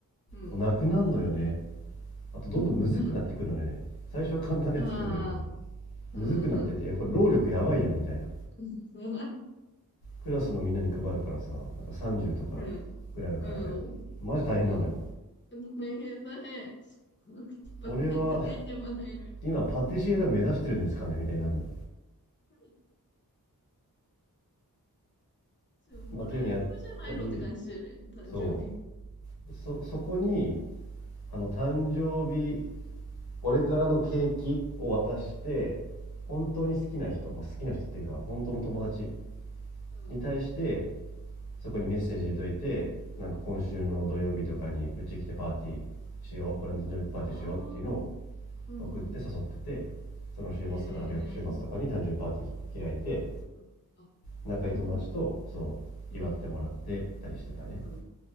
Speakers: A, on the left; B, on the left.
A: うん、
B: もうなくなんのよね。あとどんどんむずくなってくるのよね。
A: うん、うん
B: 最初は簡単なやついくんだけど。
A: ああ、うん、
B: むずくなってて、
A: うん、
B: いや、これ労力やばいやみたいな。
A: うん、
B: クラスのみんなに配るからさ、なんか30とかくらいあるから、
A: <laughs> うん、うん、
B: マジ大変なのよ。
A: うん。大変だね。<laughs> バレンタインでもないのに。
B: 俺は今パティシエだ目指してるんですかねみたいになるのよ。
A: <laughs> そう、もらう側じゃないのって感じだよね、
B: まあ、っていうのやったり、
A: 誕生日。
B: そう。そ、そこに、あの、誕生日、俺からのケーキを渡して、本当に好きな人、
A: うん、
B: まあ、好きな人っていうか、本当の友達
A: うん。
B: に対して、そこにメッセージ入れといてなんか今週の土曜日とかにうち来てパーティーしよう俺の誕生日パーティーしようっていうのを
A: ああ、うんうん。
B: 送って誘っててその週末とかなんか翌週末とかに誕生日パーティー開いて
A: へえ、うん。あ、
B: 仲いい友達とそう祝ってもらってたりしてたね
A: そう、うん、うん。